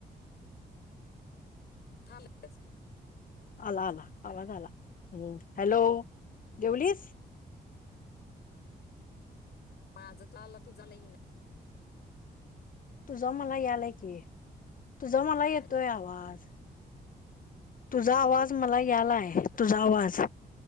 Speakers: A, on the left; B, on the left.
A: हाज
B: आला आला आवाज आला हम्म हॅलो देेवलीस
A: म आज त आला तुझला येन
B: तुझ मला यालाय की तुझा मला येतोय
A: हॅलो
B: आवाज तुझा
A: हॅलो
B: आवाज मला यालाय तुझा आवाज